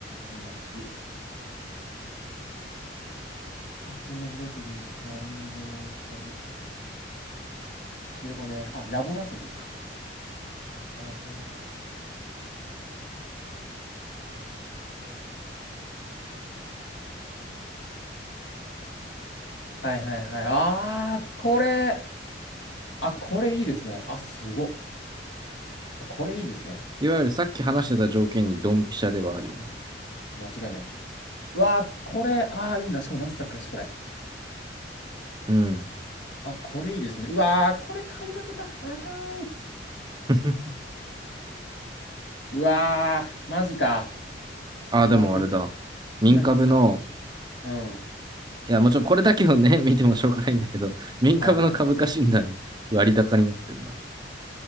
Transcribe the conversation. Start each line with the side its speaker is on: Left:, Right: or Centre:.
Left: シリコンダブラトリーズ。すか体。出てこねえ。あ、ラボラトリーズか。ラボラトリーズ。はいはいはい。あー、これ。あ、これいいですね。あ、すごっ。あ、これいいですね。
Right: いわゆるさっき話してた条件にドンピシャではあるよね。
Left: 間違いないね。うわー、これ。あー、いいな。しかもラスタックだし、これ。
Right: うん。
Left: あ、これいいですね。うわー、これ買い負けた。あかん。
Right: <laughs>
Left: うわー、マジか。
Right: あ、
Left: うわー、
Right: でもあれだ。
Left: これ、
Right: 民株の、
Left: ほんまに気づいてた。うん。
Right: いや、もちろんこれだけをね、<laughs> 見てもしょうがないんだけど、民株の株価診断、
Left: はいはいはい。
Right: 割高になってんな。